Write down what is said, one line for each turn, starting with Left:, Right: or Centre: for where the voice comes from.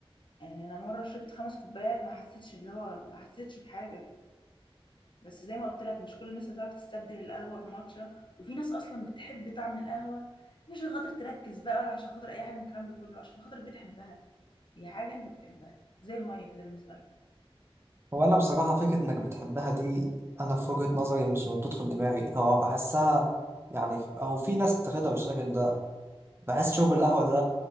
Left: يعني أنا مرة شربت خمس كوبايات ما حسيتش اللي هو ما حسيتش بحاجة بس زي ما قلت لك مش كل الناس هتعرف تستبدل القهوة بماتشا وفي ناس أصلا بتحب طعم القهوة مش عشان خاطر تركز بقى ولا عشان خاطر أي حاجة من الكلام ده كله عشان خاطر بتحبها هي حاجة أنت بتحبها زي المَيّة كده بالنسبة لهم.
Right: هو أنا بصراحة فكرة إنك بتحبها دي أنا في وجهة نظري مش بتدخل دماغي هو بحسها يعني أو في ناس بتاخدها بالشكل ده بحس شرب القهوة ده